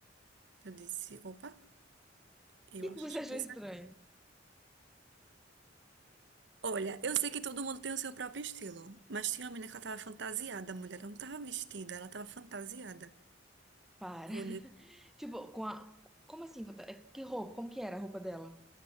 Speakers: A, on the right (about 65°); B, in the centre.
A: Eu disse, opa, eu
B: que
A: acho
B: que você achou
A: que é
B: estranho?
A: isso aqui. Olha, eu sei que todo mundo tem o seu próprio estilo, mas tinha uma menina que ela tava fantasiada, a mulher ela não tava vestida, ela tava fantasiada.
B: Para.
A: Olhe,
B: Tipo, com a. Como assim? fanta- é, Que roupa? Como que era a roupa dela?